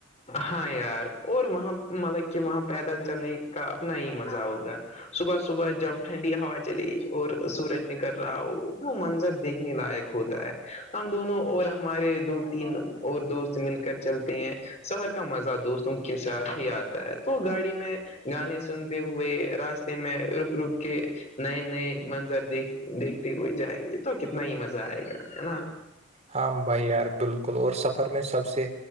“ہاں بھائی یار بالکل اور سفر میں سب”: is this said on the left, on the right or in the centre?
Right